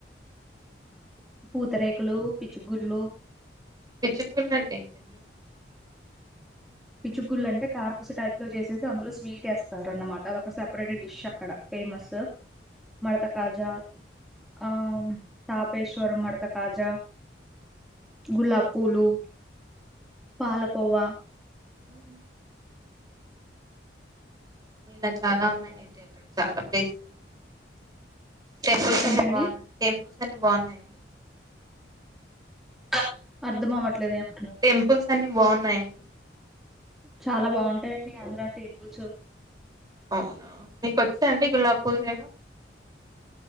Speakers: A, in the centre; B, on the right (about 20°).
A: పూతరేకులు, పిచ్చుగుళ్ళు
B: పిచ్చుగుళ్ళంటే ఏంటండి
A: పిచ్చుగుళ్ళంటే కారపుస టైప్ లో చేసేసి అందులో స్వీట్ వేస్తారు అన్నమాట ఒక సెపరేట్ డిష్ అక్కడ ఫేమస్ హెలో మడత కాజ ఆ తాపేష్వరం మడత కాజ గులాబ్ పూలు, పాలకోవ
B: ఉహు మీల చాలా ఉన్నాయి అయితే అక్కడ చాలా ప్లేస్ టెంపుల్సన్ని
A: ఏంటండి
B: బాగున్నాయి టెంప్ చూసాను బాగున్నాయండి
A: అ అర్ధమవట్ అట్ల దేమంటన
B: టెంపుల్స్ అన్ని బావున్నయండి.
A: ఛాల బాగుంటాయండి అందరు ఆ టేబుల్సు
B: అవునా మీకొచ్చా అండి గులాప్పూల్ చేయడం